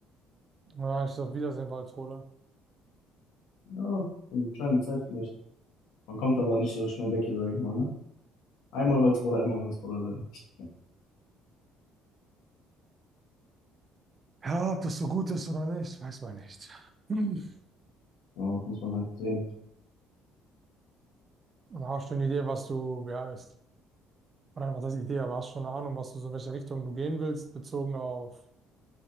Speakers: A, on the right; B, on the left.
A: Na, ich sag Wiedersehen, Walsrode.
B: Ja, so eine kleine Zeit vielleicht. Man kommt aber nicht so schnell weg hier, sage ich mal, ne? Einmal Walsrode, immer Walsrode, leider. Ja,
A: Ja, ob das so gut ist oder nicht, weiß man nicht. Hm.
B: genau, das muss man halt sehen.
A: Aber hast du eine Idee, was du beeilst? Oder was heißt Idee, aber hast du schon eine Ahnung, was du so in welche Richtung du gehen willst, bezogen auf